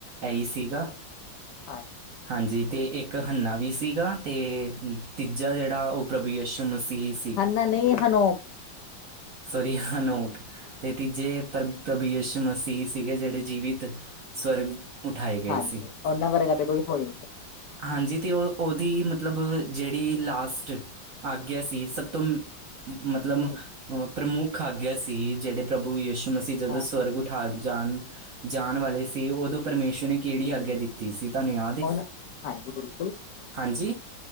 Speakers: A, on the right; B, on the left.
A: ਐਈ ਸੀਗਾ।
B: ਹਾਂ
A: ਹਾਂਜੀ ਤੇ ਏਕ ਹੰਨਾ ਵੀ ਸੀਗਾ ਤੇ ਤੀਜਾ ਜੇੜਾ ਓ ਪ੍ਰਭੂ ਯਸ਼ੂ ਮਸੀਹ ਸੀ।
B: ਹੰਨਾ ਨਈਂ ਹਨੋਂ
A: ਸੋਰੀ ਹਨੋਕ ਤੇ ਤੀਜੇ ਪ੍ਰਭ ਪ੍ਰਭੁ ਯਸੋ਼-ਮਸੀਹ ਸੀਗੇ, ਜੇੜੇ ਜੀਵਿਤ ਸਵਰਗ ਉਠਾਏ ਗਏ
B: ਹਾਂਜੀ,
A: ਸੀ
B: ਓਨਾਂ ਵਰਗਾ ਤੇ ਕੋਈ ਹੋ ਈ
A: ਹਾਂਜੀ, ਤੇ ਓ ਓਦੀ ਹੀ ਮਤਲਬ ਜੇੜੀ ਲਾਸਟ ਆਗਿਆ ਸੀ, ਸਭ ਤੋਂ ਮ ਮਤਲਬ,
B: ਨਹੀਂ
A: ਅਹ ਪ੍ਰਮੁੱਖ ਆਗਿਆ ਸੀ ਜੇੜੇ ਪ੍ਰਭੂ-ਯਸ਼ ਸੀ, ਜਦੋਂ
B: ਹਾਂ
A: ਸਵਰਗ ਉਠਾ ਜਾਣ ਜਾਣ ਵਾਲੇ ਸੀ, ਉਦੋਂ ਪਰਮੇਸ਼ੁਰ ਨੇ ਕੇੜੀ ਆਗਿਆ ਦਿੱਤੀ ਦਿੱਤੀ ਸੀ ਤਾਂਨੂੰ ਯਾਦ ਏ।
B: ਉਹ ਹਾਂਜੀ, ਬਿਲਕੁਲ।
A: ਹਾਂਜੀ?